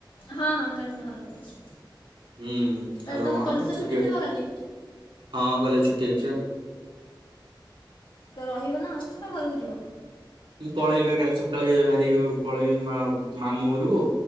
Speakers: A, on the left; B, on the right.
A: ହଁ ହଁ କାଲି ମହରମ ଅଛି।
B: ହୁଁ
A: ତାହେଲେ
B: କାଲି
A: ତମ
B: ମହରମ
A: କଲେଜ ତ
B: ଛୁଟି
A: ଥିବ କାଲି
B: ହଁ କଲେଜ ଛୁଟି ଅଛି ବା।
A: ତ ରହିବ ନା ହଷ୍ଟେଲ ରେ ଘରକୁ ଯିବ?
B: ମୁଁ ପଳେଇବା କାଲି ସକାଳେ ବାହାରିକି ପଳେଇବି ମା ମାମୁଁ ଘରକୁ